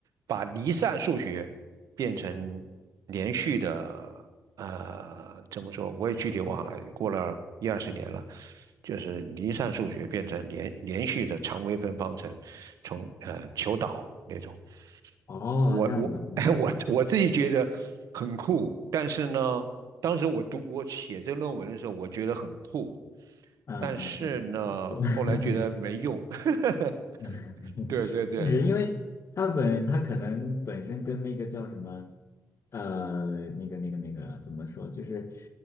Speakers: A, on the right; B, on the left.
A: 把离散数学变成连续的，呃，怎么说？我也具体忘了，
B: 嗯
A: 过了一二十年了，就是离散数学变成连连续的常微分方程，从呃求导那种。
B: 哦，
A: 我我
B: 这样子，嗯嗯
A: <laughs> 我我自己觉得很酷，但是呢，当时我读我写这论文的时候，我觉得很酷，
B: 嗯嗯嗯嗯，
A: 但是呢，
B: 我 <laughs>
A: 后来觉得没用。<laughs>
B: 嗯，
A: 对对对，
B: <laughs> 确实，因为他本他可能本身跟那个叫什么，呃，那个那个那个怎么说，就是